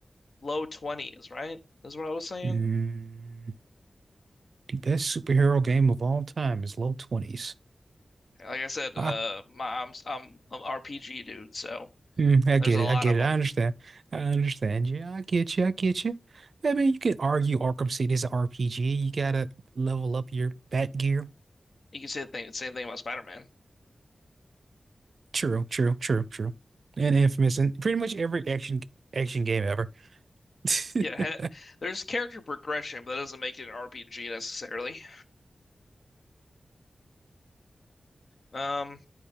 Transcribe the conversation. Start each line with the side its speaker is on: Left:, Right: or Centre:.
Left: low 20s, right? Is what I was saying.
Right: Mm, the best superhero game of all time is low 20s.
Left: Like I said,
Right: Ah,
Left: uh, my I'm I'm an RPG dude, so
Right: mm, I get
Left: there's a
Right: it.
Left: lot
Right: I get
Left: of
Right: it.
Left: them.
Right: I understand. I understand you. I get you. I get you. I mean, you could argue Arkham City is an RPG. You gotta level up your bat gear.
Left: You can say the thing, same thing about Spider-Man.
Right: True, true, true, true. And Infamous and pretty much every action action game ever. <laughs>
Left: Yeah, ha there's character progression, but that doesn't make it an RPG necessarily. Um,